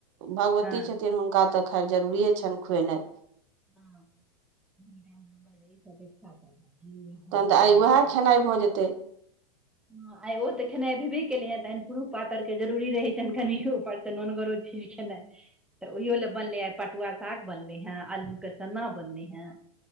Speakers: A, on the right (about 50°); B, in the centre.
A: भगवती
B: हँ
A: छथिन हुनका तऽ खैर जरूरिए छनि खुएनाइ।
B: हँ <unintelligible> हॅं बजा
A: तहन तऽ आइ
B: लियौन
A: उएह
B: खुआ
A: खेनाइ
B: दियौन,
A: भऽ जेतै
B: हं आइ ओ तऽ खेनाइ भेबे ले हेतनि पुरुष पातर के जरूरी रहै छनि कनि उपरसे नोनगरो चीज खेनाई तऽ ओहियो लए बनले आइ पटुआ साग बनलै हैं अल्लु केसन्ना बनलै हैं